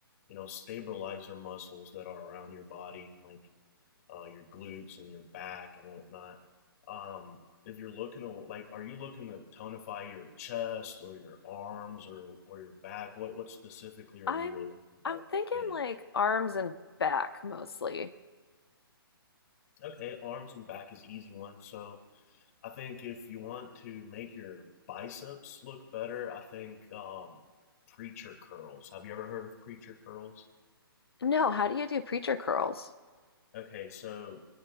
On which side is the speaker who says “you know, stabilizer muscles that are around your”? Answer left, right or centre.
Left